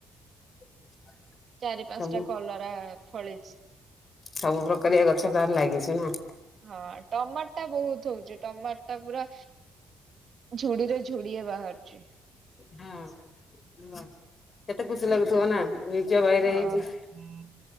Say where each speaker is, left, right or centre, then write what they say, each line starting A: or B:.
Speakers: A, on the left (about 40°); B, on the right (about 50°).
A: <unintelligible>
B: ଚାରି ପାଞ୍ଚ
A: ସବୁ
B: ଟା କଲରା ଫଳିଛି
A: ସବୁ ପ୍ରକାରିଆ ଗଛ ତାହେଲେ ଲାଗିଛି ନା।
B: ହଁ ଟମାଟ ଟା ବହୁତ ହଉଚି ଟମାଟ ଟା ପୁରା ଝୁଡିରେ ଝୁଡିଏ ବାହାରୁଛି।
A: ହଁ ଅଁ କେତେ ଖୁସି ଲାଗୁଥିବ ନା ନିଜ ବାଇରେହେଇଛି।
B: ହଁ।